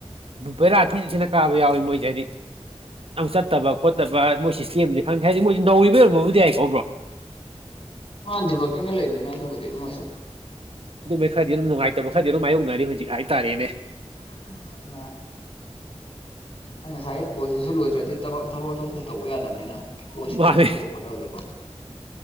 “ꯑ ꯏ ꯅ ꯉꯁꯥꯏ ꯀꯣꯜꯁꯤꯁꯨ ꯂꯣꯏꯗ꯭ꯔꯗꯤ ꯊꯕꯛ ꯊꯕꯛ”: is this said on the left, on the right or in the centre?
Left